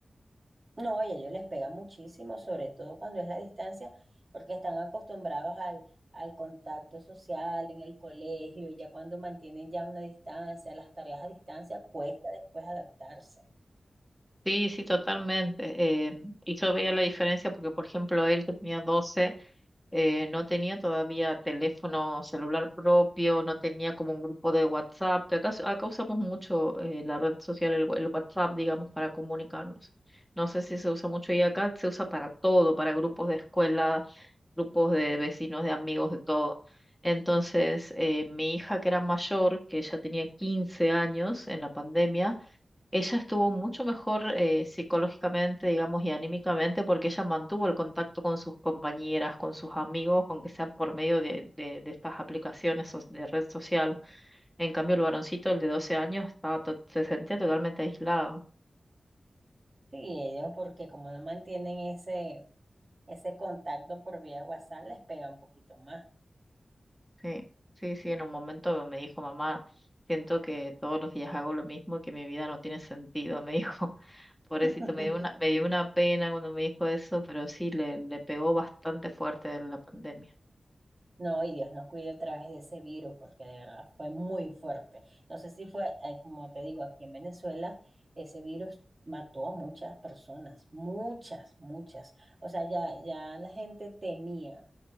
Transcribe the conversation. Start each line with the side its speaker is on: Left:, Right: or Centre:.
Right: No, oye, ellos les pega muchísimo, sobre todo cuando es la distancia, porque están acostumbrados al, al contacto social en el colegio, y ya cuando mantienen ya una distancia, las tareas a distancia, cuesta después adaptarse.
Centre: Sí, sí, totalmente. Eh, y yo veía la diferencia porque, por ejemplo, él que tenía 12 eh, no tenía todavía teléfono celular propio, no tenía como un grupo de WhatsApp, que acá, acá usamos mucho eh, la red social, el, el WhatsApp, digamos, para comunicarnos. No sé si se usa mucho y acá se usa para todo, para grupos de escuela, grupos de vecinos, de amigos, de todo. Entonces, eh, mi hija que era mayor, que ya tenía 15 años en la pandemia, ella estuvo mucho mejor eh, psicológicamente, digamos, y anímicamente porque ella mantuvo el contacto con sus compañeras, con sus amigos, aunque sea por medio de, de- de estas aplicaciones so- de red social. En cambio, el varoncito, el de 12 años, estaba to- se sentía totalmente aislado.
Right: Sí, ellos porque como no mantienen ese, ese contacto por vía WhatsApp, les pega un poquito más.
Centre: Sí, sí, sí, en un momento me dijo, mamá, siento que todos los días hago lo mismo y que mi vida no tiene sentido, <laughs> me dijo. Pobrecito,
Right: <laughs>
Centre: me dio una, me dio una pena cuando me dijo eso, pero sí, le, le pegó bastante fuerte la pandemia.
Right: No, y Dios nos cuide otra vez de ese virus, porque de verdad fue muy fuerte. No sé si fue, eh, como te digo, aquí en Venezuela, ese virus mató a muchas personas, muchas, muchas. O sea, ya, ya la gente temía.